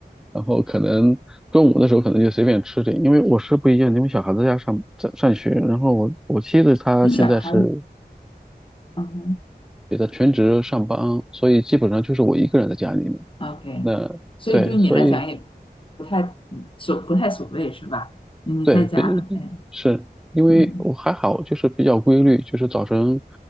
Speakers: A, in the centre; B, on the left.
A: 然后可能中午的时候可能就随便吃点，因为我是不一样，因为小孩子要上在上学，然后我我妻子她现在是
B: 你小孩，嗯哼
A: 也在全职上班，所以基本上就是我一个人在家里面。
B: ，OK，
A: 那对，
B: 所以对你来讲也
A: 所以
B: 不太嗯所不太所谓是吧？你在家很，
A: 对，
B: 哎
A: 是因为我还好，
B: 嗯
A: 就是比较规律，就是早晨